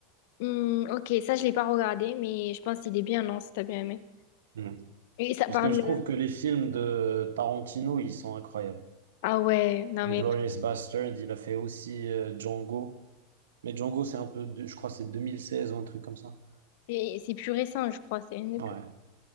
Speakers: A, on the left; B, on the right.
A: Hmm, ok, ça je l'ai pas regardé, mais je pense qu'il est bien, non, si t'as bien aimé.
B: Hmm.
A: Et ça
B: Parce
A: parle.
B: que je trouve que les films de Tarantino, ils sont incroyables.
A: Ah ouais, non
B: Inglourious
A: mais
B: Basterds, il a fait aussi euh, Django. Mais Django, c'est un peu, de- je crois, que c'est 2016 ou un truc comme ça.
A: c'est c'est plus récent, je crois, c'est une des
B: Ouais.
A: plus.